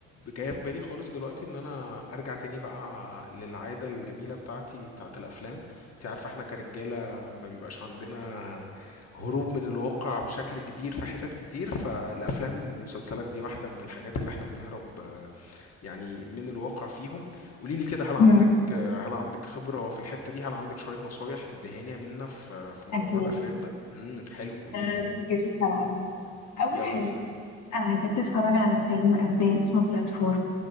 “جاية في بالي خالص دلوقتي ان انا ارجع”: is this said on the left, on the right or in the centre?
Left